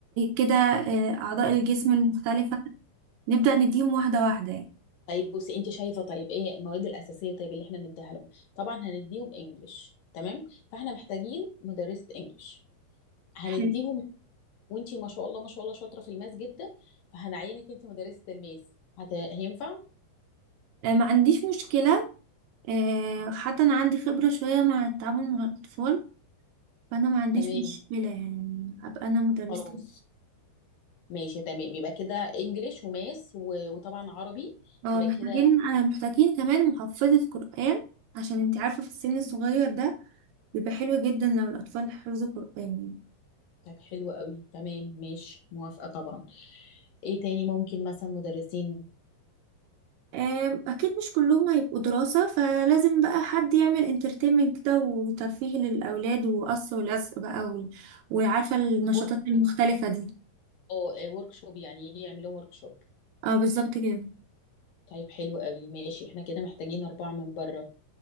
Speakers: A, on the right; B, on the left.
A: كده آه، أعضاء الجسم المختلفة نبدأ نديهم واحدة واحدة يعني
B: طيب بصي انت شايفه طيب ايه المواد الاساسيه طيب اللي احنا نديها لهم طبعا هنديهم انجليش تمام فاحنا محتاجين مدرسه انجليش هنديهم
A: حلو
B: وانت ما شاء الله ما شاء الله شاطره في الماس جدا فهنعينك انت مدرسه الماس هت... هينفع
A: آه، ما عنديش مشكلة آه، حتى أنا عندي خبرة شوية مع التعامل مع الأطفال فأنا ما عنديش
B: تمام
A: مشكلة يعني أبقى أنا مدرسة
B: خلاص ماشي تمام يبقى كده انجليش وماس و... وطبعا عربي
A: اه
B: يبقى
A: محتاجين
B: كده
A: آه محتاجين كمان محفظة قرآن عشان انت عارفة في السن الصغير ده بيبقى حلو جدا لو الأطفال حفظوا قرآن يعني
B: طيب حلو قوي تمام ماشي موافقه طبعا ايه تاني ممكن مثلا مدرسين
A: آم، أكيد مش كلهم هيبقوا دراسة فلازم بقى حد يعمل انترتينمنت كده وترفيه للأولاد وقص ولزق بقى و... وعارفة النشاطات
B: ورك
A: المختلفة دي
B: اه ورك شوب يعني يجي يعمل لهم ورك شوب
A: اه بالظبط كده
B: طيب حلو قوي ماشي احنا كده محتاجين أربعة من بره